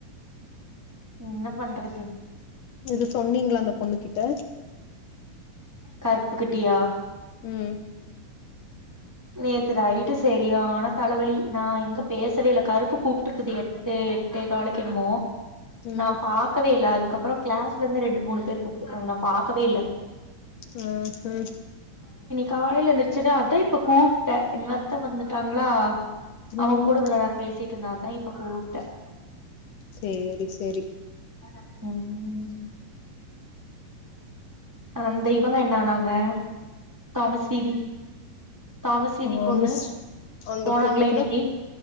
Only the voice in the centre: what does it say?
என்ன பண்றது
கருப்புகிட்டியா
நேத்து நைட்டு செரியானா தலைவலி நான் எங்க பேசவே இல்ல கருப்பு கூப்ட்டுருக்குது எட்டு எட்டேகாலுக்கு எணமோ
நா பாக்கவே இல்ல அது அக்கப்புறம் க்ளாஸ் லந்து ரண்டுமூணு பேர் கூப்ட்றுக்காங்கா நா பாக்கவே இல்ல
காலயில எந்திரிச்சினா அதய் இப்ப கூப்பிட்டன் எங்க அத்தை வந்துட்டாங்ளா அவன்
கூட இவ்வள நேரம் பேச <unintelligible> இருந்த தான் இப்ப கூப்பிட்டேன்
ம் அந்த இவங்க என்ன ஆனாங்க தாமஸ் வீதி தாமஸ் வீதி
பொண்ணு
போனாங்களா
இன்னைக்கு